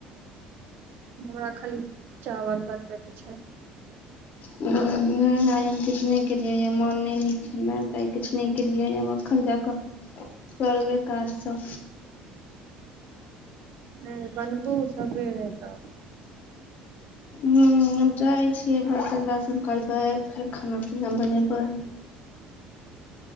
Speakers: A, on the right; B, on the left.
A: हमरा खाली चावल बन छै
B: नहि आइ हम किछु नहि केलियै मोन नहि नीक छल न तो आइ किछु नहि केलियै अखन जाक करबे काजसँ
A: ह बनबौ सबेरे तब
B: ह आब जाइ छियै बर्तन बाशन करबै फेर खाना पीना बनेबै